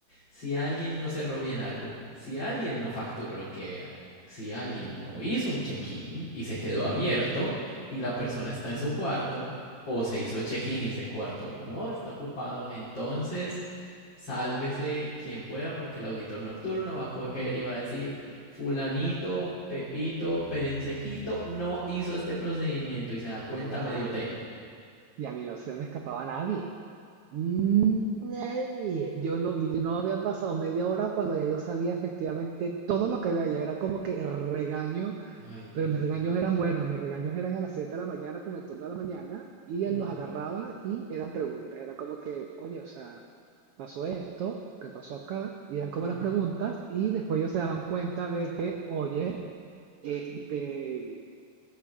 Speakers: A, on the left (about 35°); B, on the right (about 75°).
A: si alguien no cerró bien algo, si alguien no facturó lo que era, si alguien no hizo un check-in y se quedó abierto
B: Mm,
A: y la persona
B: mm.
A: está en
B: mm.
A: su cuarto, o se hizo check-in y ese cuarto no está ocupado, entonces sálvese quien pueda, porque el auditor nocturno va a coger y va a decir, fulanito, pepito, perencejito, no hizo este procedimiento y se da cuenta
B: Y a,
A: medio hotel.
B: y a mí no se me escapaba nadie. Nadie. Yo no, mi- no había pasado media hora cuando ya yo sabía efectivamente todo lo que había. Era como que regaño,
A: Ay,
B: pero
A: Dios
B: mis
A: mío.
B: regaños eran buenos. Mis regaños eran a las 7 de la mañana con el turno de la mañana y él
A: Mm,
B: los agarraba
A: claro.
B: y eran preguntas. Era como que, oye, o sea, pasó esto, ¿qué pasó acá? Y eran como
A: Ajá.
B: las preguntas y después ellos se daban cuenta de que, oye, este,